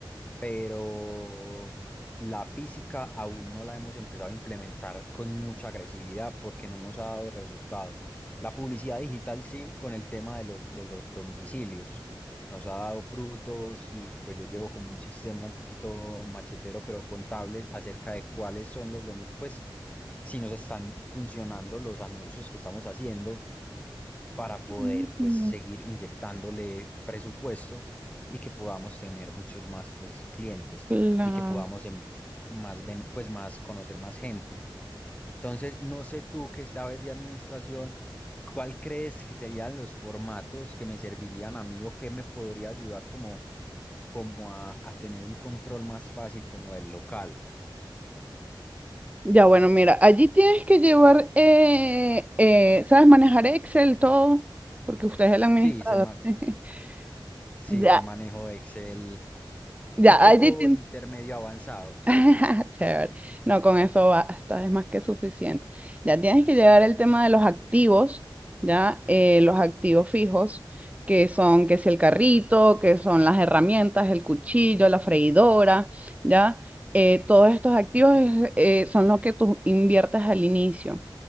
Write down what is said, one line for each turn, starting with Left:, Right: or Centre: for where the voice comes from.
Left: pero la física aún no la hemos empezado a implementar con mucha agresividad porque no nos ha dado resultado. La publicidad digital sí, con el tema de los, de los domicilios. Nos ha dado frutos y pues yo llevo como un sistema un poquito machetero, pero contable acerca de cuáles son los, dom- pues si nos están funcionando los anuncios que estamos haciendo para poder
Right: Buenísimo.
Left: pues seguir inyectándole presupuesto y que podamos tener muchos más pues clientes
Right: La-
Left: y que podamos em- más ven- pues más conocer más gente. Entonces, no sé tú que sabes de administración, ¿cuál crees que serían los formatos que me servirían a mí o que me podría ayudar como como a, a tener un control más fácil como del local?
Right: Ya bueno, mira, allí tienes que llevar, eh, eh, ¿sabes manejar Excel, todo? Porque usted es el administrador.
Left: Sí, se ma-
Right: <laughs>
Left: sí,
Right: Ya,
Left: sí manejo Excel
Right: ya,
Left: un poco
Right: allí,
Left: intermedio avanzado.
Right: <laughs> Chévere. No, con eso
Left: Mm.
Right: basta, es más que suficiente. Ya tienes que llegar el tema de los activos, ya eh, los activos fijos, que son, que si el carrito, que son las herramientas, el cuchillo, la freidora, ya. Eh, todos estos activos es- eh, son lo que tú inviertes al inicio.